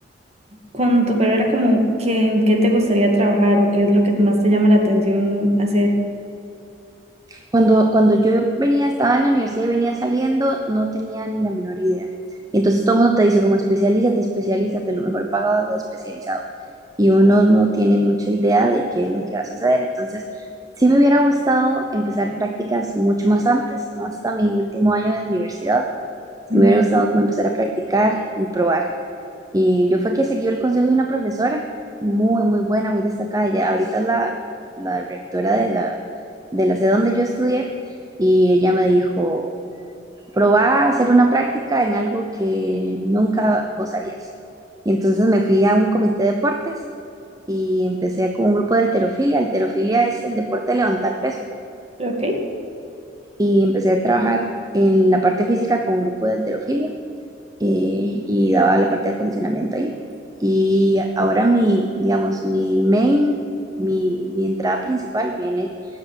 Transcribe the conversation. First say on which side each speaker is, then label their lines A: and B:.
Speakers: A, on the right; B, on the right.
A: con tu carrera, como, ¿qué, en qué te gustaría trabajar o qué es lo que más te llama la atención hacer?
B: Cuando, cuando yo venía, estaba en la universidad y venía saliendo, no tenía ni la menor idea. Y entonces todo el mundo te dice como especialízate, especialízate, lo mejor pagado es lo especializado. Y uno no tiene mucha idea de qué es lo que va a suceder. Entonces, sí me hubiera gustado empezar prácticas mucho más antes, no hasta mi último año de universidad Se
A: Mm,
B: me hubiera gustado como empezar a practicar y probar. Y yo fue que seguí el consejo de una profesora muy, muy buena, muy destacada. Ella ahorita es la, la rectora de la, de la sede donde yo estudié y ella me dijo, probá a hacer una práctica en algo que nunca vos harías. Y entonces me fui a un comité de deportes y empecé con un grupo de halterofilia. Halterofilia es el deporte de levantar peso.
A: Ok.
B: Y empecé a trabajar en la parte física con un grupo de halterofilia eh, y daba la parte de acondicionamiento ahí. Y ahora mi, digamos, mi main, mi, mi entrada principal viene